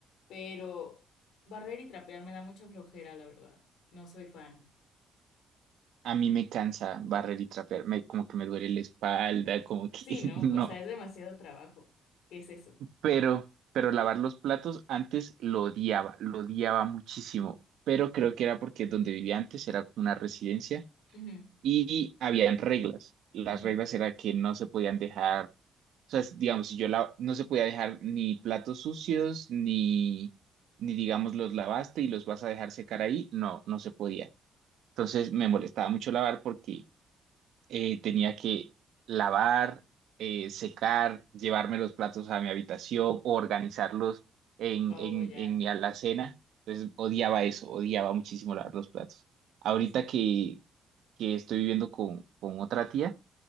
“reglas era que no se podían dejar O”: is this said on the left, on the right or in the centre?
Right